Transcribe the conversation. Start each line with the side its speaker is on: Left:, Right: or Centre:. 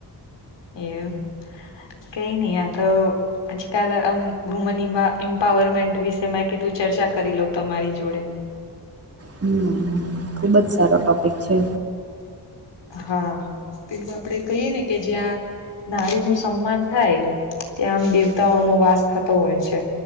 Left: એવું કઈ નહી આ તો- - આજકાલ આમ વુમન મ્પાવરમેન્ટ વિશેમાં કીધું ચર્ચા કરી લઉ તમારી જોડે?
Right: હમ્મ ખુબ જ સારો ટોપિક છે.
Left: હા પેલું આપડે કહીય ને કે જ્યાં- - નારી નું સન્માન થાય ત્યાં આમ દેવતાઓનો વાસ થતો હોય છે.